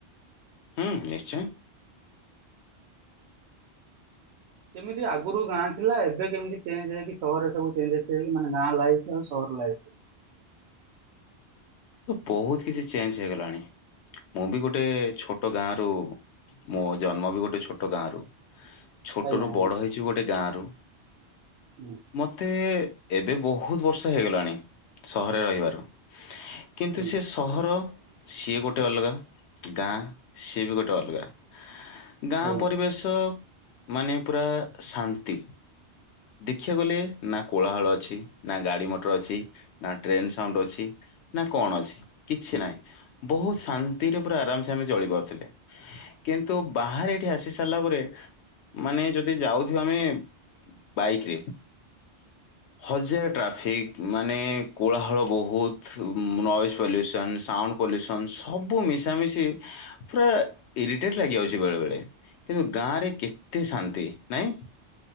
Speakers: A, on the left; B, on the right.
A: ହୁଁ ନିଶ୍ଚୟ।
B: କେମିତି ଆଗୁରୁ ଗାଁ ଥିଲା ଏବେ କେମିତି ଚେଞ୍ଜ ହେଇକି ସହରରେ ସବୁ ଚେଞ୍ଜେସ୍ ହେଇକି ମାନେ ଗାଁ ଲାଇଫ୍ ଆଉ ସହର ଲାଇଫ୍।
A: ବୋହୁତ କିଛି ଚେଞ୍ଜ ହେଇଗଲାଣି। ମୁଁ ବି ଗୋଟେ ଛୋ ଟ ଗାଁରୁ ମୋ ଜନ୍ମ ବି ଗୋଟେ ଛୋଟ ଗାଁରୁ। ଛୋଟରୁ
B: ଆଜ୍ଞା ଆଜ୍ଞା
A: ବଡ ହେଇଚି ଗୋଟେ ଗାଁରୁ।
B: ହୁଁ
A: ମତେ ଏବେ ବୋହୁତ ବର୍ଷ ହେଇଗଲାଣି ସହରରେ ରହିବାର କିନ୍ତୁ
B: ଆଜ୍ଞା।
A: ସିଏ ସହର ସିଏ ଗୋଟେ ଅଲଗା ଗାଁ ସିଏ ବି ଗୋଟେ ଅଲଗା। ଗାଁ
B: ଆଜ୍ଞା।
A: ପରିବେଶ ମାନେ ପୁରା ଶାନ୍ତି। ଖିଆ ଗଲେ ନାଁ କୋଳାହଳ ଅଛି ଟି ନାଁ ଗାଡ଼ି ମଟର ଅଛି ନା ଟ୍ରେନ୍ ସାଉଣ୍ଡ ଅଛି ନାଁ କଣ ଅଛି କିଛି ନାହିଁ ବୋହୁତ ଶାନ୍ତିରେ ପୁରା ଆରାମସେ ଆମେ ଚଳିପାରୁଥିଲେ କିନ୍ତୁ ବାହାରେ ଏଇଠି ଆସି ସାରିଲା ପରେ ମାନେ ଯଦି ଯାଉଥିବା ଆମେ ବାଇକ୍ ରେ ହଜାର ଟ୍ରାଫିକ ମାନେ କୋଳାହଳ ବୋହୁତ ତୁ ଉଁ ନଏଜ୍ ପଲ୍ୟୁସନ୍ ସାଉଣ୍ଡ ପଲ୍ୟୁସନ୍ ସବୁ ମିଶାମିଶି ପୁରା ଇରିଟେଟ୍ ଲାଗିଯାଉଚି ବେଳେ ବେଳେ କିନ୍ତୁ ଗାଁରେ କେତେ ଶାନ୍ତି। ନାଇଁ?